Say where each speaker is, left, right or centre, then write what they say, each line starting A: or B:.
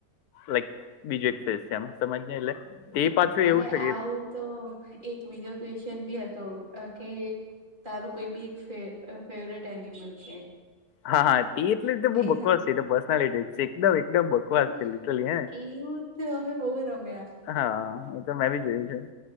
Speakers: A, on the left; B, on the right.
A: લાઈક બીજું એક ફેસ છે આમાં સજ એટલે તે પાછું
B: અરે
A: એવું છે કે
B: આવું તો એક બીજો ક્વેશ્ચન બી હતો કે તારું કોઈ બી એક ફેવરેટ એનિમલ છે
A: હા હા એટલે રીતે બહ
B: એ
A: બકવાસ છે પર્સનાલિટી એકદમ એકદમ બકવાસ
B: અરે
A: છે લિટલી હે
B: એવું તો અમે બહુ રમ્યા
A: હા એ તો મેં બી જોયું છું